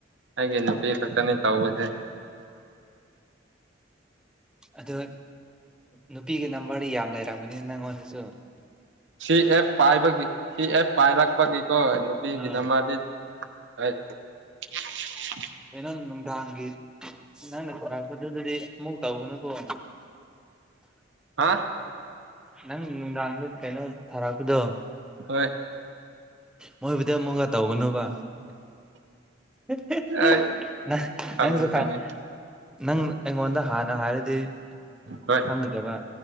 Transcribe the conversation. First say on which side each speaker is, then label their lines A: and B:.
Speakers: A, on the right; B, in the centre.
A: ꯑꯩꯒꯤ ꯅꯨꯄꯤ ꯈꯛꯇꯅꯤ ꯇꯧꯕꯗꯤ
B: ꯑꯗꯨ ꯅꯨꯄꯤꯒꯤ ꯅꯝꯕꯔꯗꯤ ꯌꯥꯝ ꯂꯩꯔꯝꯒꯅꯤꯅ ꯅꯪꯉꯣꯟꯗꯁꯨ
A: ꯁꯤ ꯑꯦꯞ ꯄꯥꯏꯕꯒꯤ ꯁꯤ ꯑꯦꯞ ꯄꯥꯏꯔꯛꯄꯒꯤꯀꯣ ꯅꯨꯄꯤꯒꯤ
B: ꯑꯥ
A: ꯅꯨꯝꯕꯔ ꯗꯤ ꯑꯩꯠ <unintelligible>
B: ꯀꯩꯅꯣ ꯅꯨꯡꯗꯥꯡꯒꯤ ꯅꯪꯅ ꯊꯔꯛꯄꯗꯨꯗꯗꯤ ꯑꯃꯨꯛ ꯇꯧꯒꯅꯨꯀꯣ <unintelligible>
A: ꯍꯥꯥ
B: ꯅꯪ ꯅꯨꯡꯗꯥꯡꯗ ꯀꯩꯅꯣ ꯊꯥꯔꯛꯄꯗꯣ
A: ꯍꯣꯏ
B: ꯃꯣꯏꯕꯨꯗꯤ ꯑꯃꯨꯛꯀ ꯇꯧꯒꯅꯣꯕ <unintelligible>
A: ꯑꯩ
B: ꯅꯪ
A: ꯈꯪꯉꯤ
B: ꯅꯪꯖꯨ ꯈꯪ
A: ꯈꯪꯉꯤ
B: ꯅꯪ ꯑꯩꯉꯣꯟꯗ ꯍꯥꯟꯅ ꯍꯥꯏꯔꯗꯤ
A: ꯍꯣꯏ
B: ꯈꯪꯒꯗꯕ